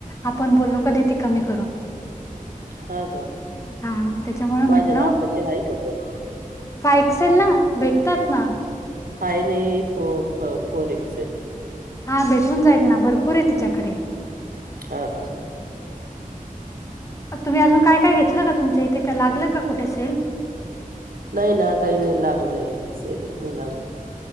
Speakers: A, on the left (about 20°); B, on the right (about 80°).
A: आपण बोललो कधी कमी करून
B: हा का
A: हा मग त्याच्यामुळे
B: माझ्या
A: म्हंटलं
B: मापाचे आहे का पण
A: फाय एक्सेल ना भेटतात ना
B: फयन फोर एक्सेल
A: हा भेटून जाईल ना भरपूर आहे तिच्याकडे
B: हा का
A: तुम्ही अजून काय काय घेतलं का तुमच्या इथे काय लागलं का कुठे सेल
B: नाही ना काही नाही लागलंय ना सेलच नाही लागलं